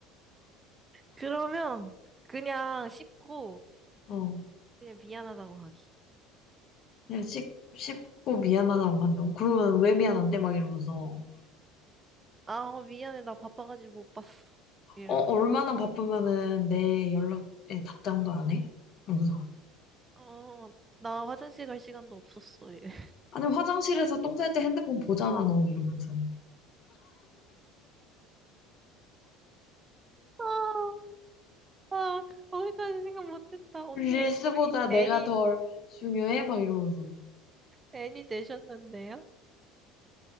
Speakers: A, on the right (about 20°); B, on the left (about 50°).
A: 그러면 그냥 씹고
B: 어.
A: 그냥 미안하다고 하기.
B: 그냥 씹, 씹고 미안하다고 한다고? 그러면 왜
A: 응.
B: 미안한데? 막 이러면서.
A: 아, 어, 미안해. 나 바빠가지고 못 봤어. 이렇게.
B: 어, 얼마나 바쁘면은 내 연락에 답장도 안 해? 이러면서.
A: 어, 나 화장실 갈 시간도 없었어. 이래.
B: 아니, 화장실에서 똥 쌀 때 핸드폰 보잖아, 너 이러면서.
A: 아, 아, 거기까지 생각 못했다. 언니,
B: 릴스보다
A: 거의
B: 내가
A: 애니,
B: 덜 중요해? 막 이러면서.
A: 애니 되셨는데요?